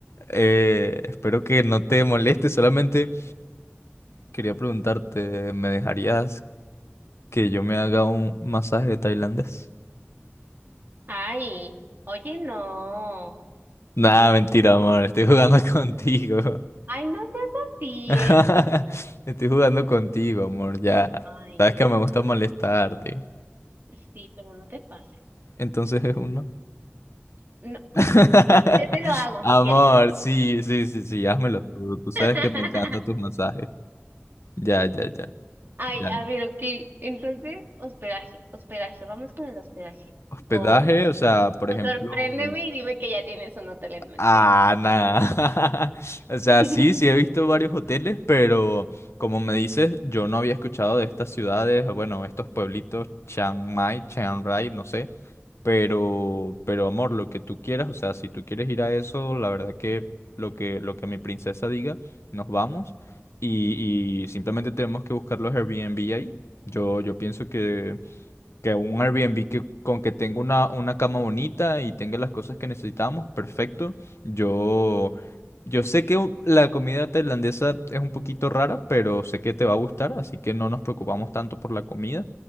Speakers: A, on the left; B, on the right.
A: eh, espero que no te moleste, solamente quería preguntarte, ¿me dejarías que yo me haga un masaje tailandés?
B: Ay, oye, no.
A: Nada, mentira, amor, estoy jugando <laughs> contigo.
B: Ay, no seas así,
A: <laughs>
B: ¿eh?
A: Estoy jugando contigo, amor, ya.
B: Ay,
A: Sabes
B: no
A: que
B: te
A: me gusta molestarte.
B: pases. Sí, pero no te pases.
A: Entonces es uno.
B: No,
A: <laughs>
B: yo te lo hago
A: Amor,
B: si quieres.
A: sí, sí, sí, sí, házmelo tú. Tú sabes
B: <laughs>
A: que me encantan tus masajes. Ya, ya, ya.
B: Ay,
A: Ya.
B: a ver, ok. Entonces, hospedaje, hospedaje, vamos con el hospedaje.
A: Hospedaje,
B: O,
A: o sea, por
B: o
A: ejemplo.
B: sorpréndeme y dime que ya tienes un hotel en mente.
A: Ah, nada. <laughs> O sea,
B: <laughs>
A: sí, sí he visto varios hoteles, pero como me dices, yo no había escuchado de estas ciudades, o bueno, estos pueblitos, Chiang Mai, Chiang Rai, no sé. Pero, pero amor, lo que tú quieras, o sea, si tú quieres ir a eso, la verdad que lo que, lo que mi princesa diga, nos vamos. Y, y simplemente tenemos que buscar los Airbnb ahí. Yo, yo pienso que que un Airbnb que con que tenga una, una cama bonita y tenga las cosas que necesitamos, perfecto. Yo, yo sé que u- la comida tailandesa es un poquito rara, pero sé que te va a gustar, así que no nos preocupamos tanto por la comida.